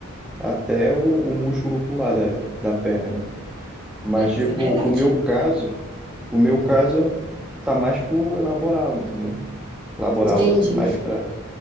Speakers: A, in the centre; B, on the right.
A: até o, o músculo pular da, da perna. Mas
B: É,
A: tipo,
B: isso é verdade.
A: o meu caso, o meu caso tá mais pro laboral, entendeu? Laboral
B: Entendi.
A: assim, mais para